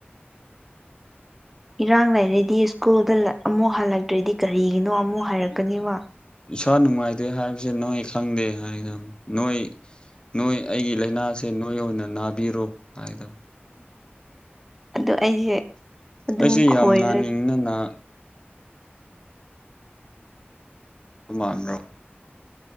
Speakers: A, in the centre; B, on the left.
A: ꯏꯔꯥꯡ ꯂꯩꯔꯗꯤ ꯁ꯭ꯀꯨꯜꯗ ꯑꯃꯨꯛ ꯍꯜꯂꯛꯇ꯭ꯔꯗꯤ ꯀꯔꯤꯒꯤꯅꯣ ꯑꯃꯨꯛ ꯍꯥꯏꯔꯛꯀꯅꯤꯕ
B: ꯏꯁꯥ ꯅꯨꯡꯉꯥꯏꯇꯦ ꯍꯥꯏꯕꯁꯦ ꯅꯣꯏ ꯈꯪꯗꯦ ꯍꯥꯏꯗꯕꯅꯤ ꯅꯣꯏ ꯅꯣꯏ ꯑꯩꯒꯤ ꯂꯥꯏꯅꯥꯁꯦ ꯅꯣꯏ ꯑꯣꯏꯅ ꯅꯥꯕꯤꯔꯣ ꯍꯥꯏꯗꯕꯅꯤ
A: ꯑꯣ ꯑꯩꯁꯦ ꯑꯗꯨꯝ
B: ꯑꯩꯁꯨ
A: ꯈꯣꯏꯔ
B: ꯌꯥꯝ ꯅꯥꯅꯤꯡꯗꯅ <unintelligible>